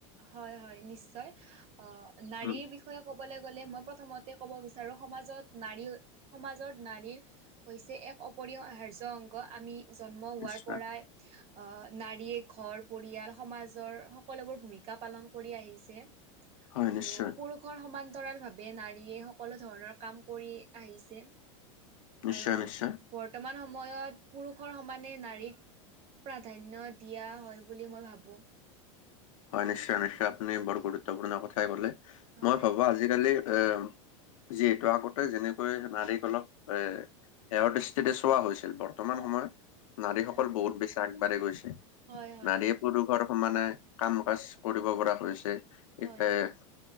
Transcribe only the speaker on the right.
হয় হয় নিশ্চয় অ নাৰীৰ
বিষয়ে- বিষয়ে ক'বলৈ গ'লে মই প্ৰথমতে ক'ব বিচাৰো সমাজত নাৰী সমাজত নাৰীৰ- হৈছে এক অপৰিয় আহাৰ্য অংগ আমি- জন্ম হোৱাৰ
পৰাই আহ নাৰীয়ে ঘৰ পৰিয়াল সমাজৰ সকলোবোৰ ভমিকা পালন কৰি আহিছে
আৰু খৰ সমান্তৰাল ভাৱে নাৰীয়ে সকলো ধৰণৰ কাম কৰি আহিছে
আৰু
বৰ্তমান সময়ত পুৰুষৰ সমানে নাৰীক প্ৰাধান্য দিয়া হয় বুলি মই ভাবো
হয়।
হয়
হয়
হয় হয়
হয়
হয়